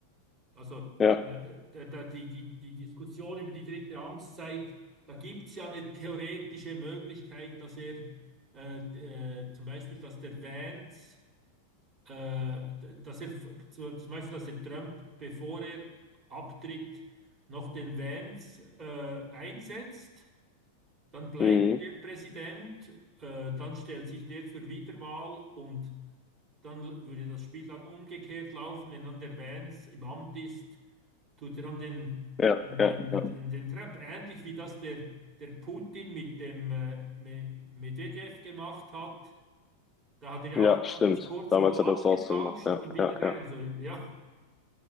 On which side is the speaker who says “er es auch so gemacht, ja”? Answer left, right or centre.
Left